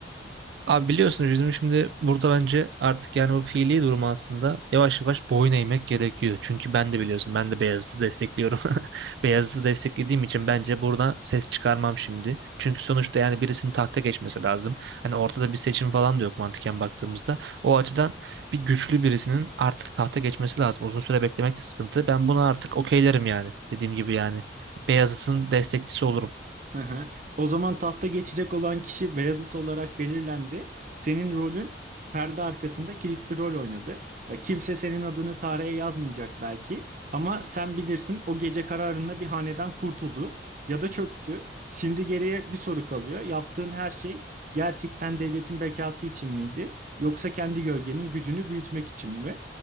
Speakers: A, on the right; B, on the right.
A: Abi biliyorsunuz bizim şimdi burada bence artık yani o fiili durumu aslında yavaş yavaş boyun eğmek gerekiyor. Çünkü ben de biliyorsun ben de Beyazıt'ı destekliyorum. <laughs> Beyazıt'ı desteklediğim için bence burada ses çıkarmam şimdi. Çünkü sonuçta yani birisinin tahta geçmesi lazım. Hani ortada bir seçim falan da yok mantıken baktığımızda. O açıdan bir güçlü birisinin artık tahta geçmesi lazım. Uzun süre beklemek de sıkıntı. Ben buna artık okeylerim yani. Dediğim gibi yani Beyazıt'ın destekçisi olurum.
B: Hı hı. O zaman tahta geçecek olan kişi Beyazıt olarak belirlendi. Senin rolün perde arkasında kilit bir rol oynadı. Ya, Kimse senin adını tarihe yazmayacak belki ama sen bilirsin o gece kararında bir hanedan kurtuldu ya da çöktü. Şimdi geriye bir soru kalıyor. Yaptığın her şey gerçekten devletin bekası için miydi yoksa kendi gölgenin gücünü büyütmek için mi?